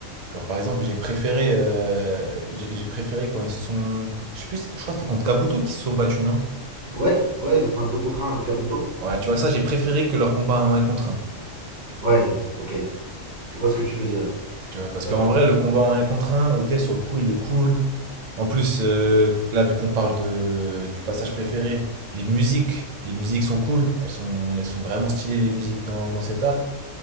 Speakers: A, on the right; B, on the right.
A: Genre, par exemple, j'ai préféré, euh, j'ai j'ai préféré quand ils sont. Je sais plus, je crois que c'était contre Kabuto qui se sont battus, non?
B: Ouais, ouais, ils ont fait un 2 contre 1 avec Kabuto.
A: Ouais, tu vois, ça, j'ai préféré que leur combat en un contre 1.
B: Ouais, ok. Je vois ce que tu veux dire.
A: Tu vois, parce
B: D'accord.
A: qu'en vrai, le combat en un contre 1, ok, sur le coup, il est cool. En plus, euh, là, vu qu'on parle de, du passage préféré, les musiques, les musiques sont cool. Elles sont, elles sont vraiment stylées, les musiques dans, dans cet arc.